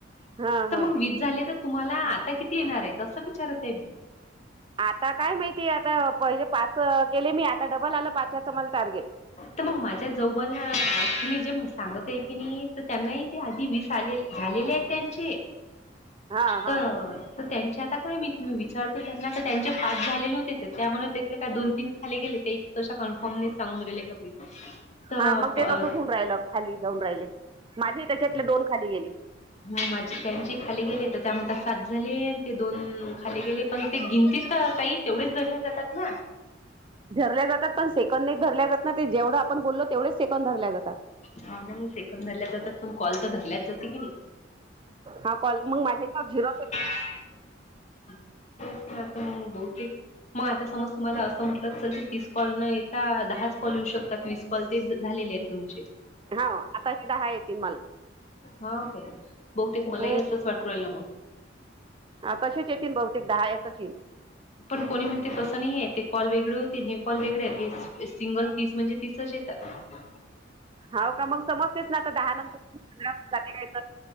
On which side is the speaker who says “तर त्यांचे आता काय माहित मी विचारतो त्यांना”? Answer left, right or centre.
Left